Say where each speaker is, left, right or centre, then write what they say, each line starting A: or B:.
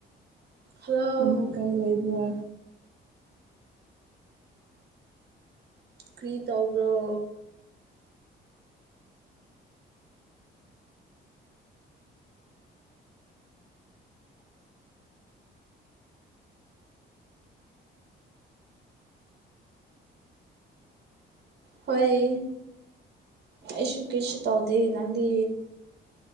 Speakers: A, on the right; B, on the right.
A: ꯍꯜꯂꯣ
B: ꯃꯅꯥ ꯀꯥꯏ ꯂꯩꯕ꯭ꯔꯥ
A: ꯀ꯭ꯔꯤ ꯇꯧꯕꯔꯣ ꯍꯣꯏ ꯑꯩꯁꯨ ꯀꯩꯁꯨ ꯇꯧꯗꯦ ꯅꯪꯗꯤ